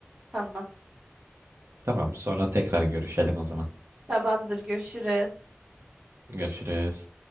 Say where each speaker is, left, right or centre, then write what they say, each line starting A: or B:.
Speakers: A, on the right; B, on the right.
A: tamam.
B: Tamam sonra tekrar görüşelim o zaman.
A: Tamamdır görüşürüz.
B: Görüşürüz.